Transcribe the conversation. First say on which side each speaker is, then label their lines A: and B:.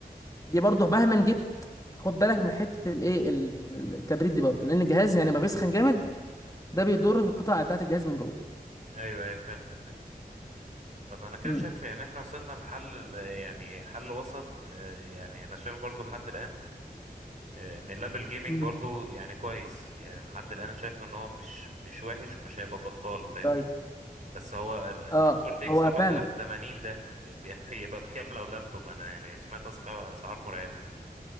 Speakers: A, on the left (about 20°); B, on the right (about 50°).
A: دي برضو مهما جيت خد بالك من حته الايه ال- ال- التبريد دي برضو لان الجهاز يعني ما بيسخن جامد ده بيضر في القطع بتاعت الجهاز من جوه
B: ايوه ايوه فهمتك طب انا كده
A: امم
B: شايف يعني احنا وصلنا لحل يعني حل وسط آه، يعني انا شايف برضو لحد الان آه، ان اللابل جيمنج
A: مم.
B: برضو يعني كويس يعني لحد الان شايف ان هو مش مش وحش ومش هيبقى بطال فاهمني
A: طيب
B: بس هو الار
A: اه
B: تي اكس
A: هو
B: 4080
A: فعلا
B: ده آه، بي- <laughs> بيبقى بكام لو لابتوب انا يعني سمعت أسك- اسعار مرعبة